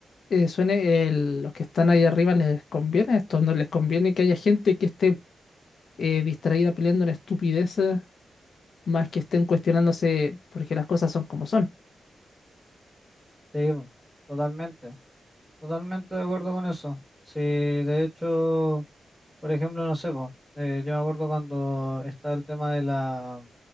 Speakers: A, on the left; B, in the centre.
A: eh, suene, el- los que están ahí arriba les conviene esto, no les conviene que haya gente que esté eh, distraída peleando en estupideces, más que estén cuestionándose porque las cosas son como son.
B: Sí, po, totalmente, totalmente de acuerdo con eso. Sí, de hecho, por ejemplo, no sé, po, eh, yo me acuerdo cuando estaba el tema de la,